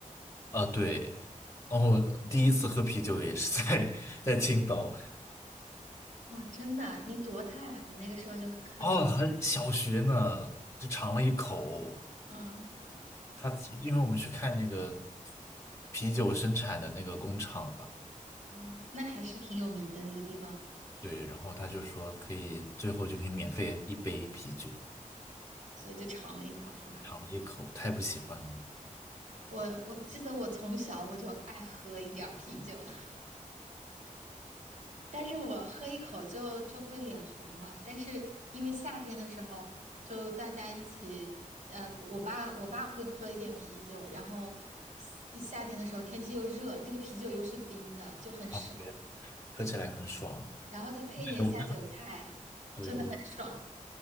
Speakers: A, on the left; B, on the right.
A: 啊对，然后第一次喝啤酒也是在 <laughs> 在青岛，
B: 哦，真的啊，你多大呀、你那个时候就喝啤，
A: 哦，很小学呢，就尝了一口。
B: 嗯，
A: 他因为我们去看那个啤酒生产的那个工厂吧，
B: 啊，那还是挺有名的那个地方，
A: 对，然后他就说可以，最后就可以免费一杯啤酒，
B: 所以就尝了一口，是吧？
A: 尝了一口，太不喜欢了
B: 我我记得我从小我就爱喝一点儿啤酒，<laughs> 但是我喝一口就就会脸红嘛。但是因为夏天的时候，就大家一起，呃，我爸我爸会喝一点啤酒，然后夏夏天的时候天气又热，那个啤酒又是冰的，就很爽，
A: 啊，对，喝起来很爽。
B: 然后再配一点下酒菜，
A: 对，<laughs> 我对我，
B: 真的很爽。